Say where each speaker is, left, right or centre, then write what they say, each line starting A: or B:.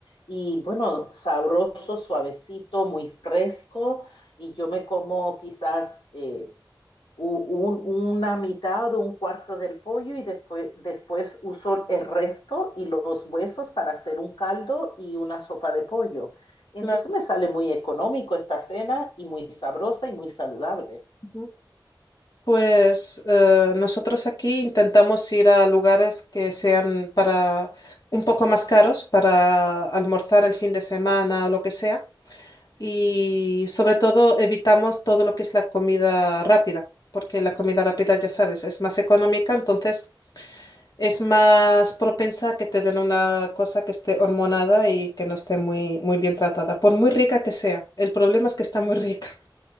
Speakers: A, on the left; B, on the left.
A: y bueno, sabroso, suavecito, muy fresco y yo me como quizás eh, un, una mitad o un cuarto del pollo y después, después uso el resto y los huesos para hacer un caldo y una sopa de pollo. Y
B: Claro.
A: entonces me sale muy económico esta cena y muy sabrosa y muy saludable.
B: Ujú. Pues eh, nosotros aquí intentamos ir a lugares que sean para un poco más caros para almorzar el fin de semana o lo que sea. Y sobre todo evitamos todo lo que es la comida rápida, porque la comida rápida, ya sabes, es más económica, entonces es más propensa a que te den una cosa que esté hormonada y que no esté muy, muy bien tratada, por muy rica que sea. El problema es que está muy rica.